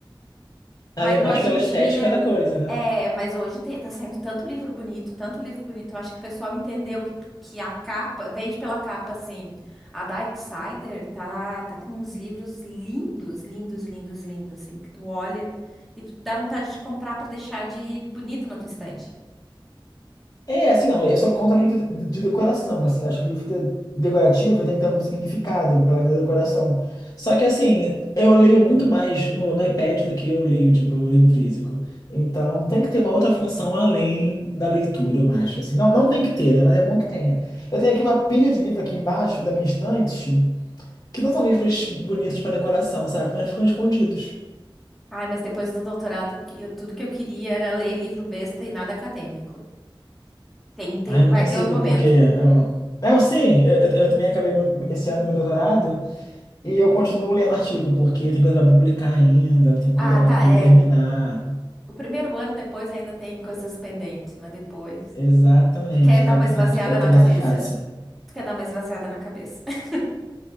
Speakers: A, in the centre; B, on the left.
A: Mas
B: Aí é mais
A: hoje
B: pela
A: em dia,
B: estética da coisa, né?
A: é, mas hoje tem, tá saindo tanto livro bonito, tanto livro bonito. Eu acho que o pessoal entendeu que, que a capa, vende pela capa, assim. A Darksider tá, tá com uns livros lindos, lindos, lindos, lindos, assim, que tu olha e tu dá vontade de comprar pra deixar de bonito na tua estante.
B: É, assim, não, eu só conto livro de, de decoração, assim, né? acho que livro de- decorativo tem que ter algum significado para além da decoração. Só que, assim, eu leio muito mais no, no iPad do que eu leio, tipo, o livro físico. Então, tem que ter uma outra função além da leitura, eu acho, assim. Não, não tem que ter, né, mas é bom que tenha. Eu tenho aqui uma pilha de livro aqui embaixo da minha estante, que não são livros bonitos para decoração, sabe? Mas ficam escondidos.
A: Ai, mas depois do doutorado, que eu- tudo que eu queria era ler livro besta e nada acadêmico. Tem, tem,
B: Ah, eu
A: vai
B: não consigo,
A: ter um momento.
B: porque... ah, Não, sim, eu, eu eu também acabei meu- esse ano meu doutorado, E eu continuo lendo artigo, porque tem coisa para publicar ainda, tem coisa
A: Ah,
B: para
A: tá,
B: poder
A: é.
B: terminar.
A: O primeiro ano depois ainda tem coisas pendentes, mas depois.
B: Exatamente,
A: Tu quer
B: exatamente.
A: dar uma esvaziada
B: Eu
A: na
B: tô nessa
A: cabeça.
B: fase.
A: Tu quer dar uma esvaziada na cabeça. <laughs>